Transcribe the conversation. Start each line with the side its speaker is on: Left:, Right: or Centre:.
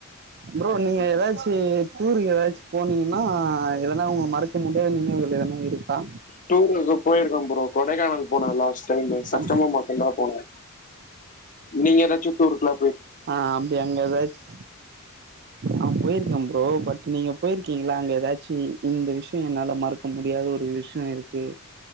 Right: ப்ரோ நீங்க ஏதாச்சு டூருக்கு ஏதாச்சு போனீங்கன்னா எதனா உங்க மறக்க முடியாத நினைவு எதனா இருக்கா
Left: டூருக்கு போயிருக்கோ ப்ரோ கொடைக்கானல் போனே லாஸ்ட் டைம் செப்டம்பர்
Right: அப்
Left: மாசந்தா போனே நீங்க ஏதாச்சி டூர்க்ல்லா
Right: ஆ அப்டி அங்க ஏதாச்சு ஆ போயிருக்கே ப்ரோ பட் நீங்க போயிருக்கீங்களா அங்க ஏதாச்சு இந்த விஷய என்னால மறக் க்க முடியாத ஒரு விஷய இருக்கு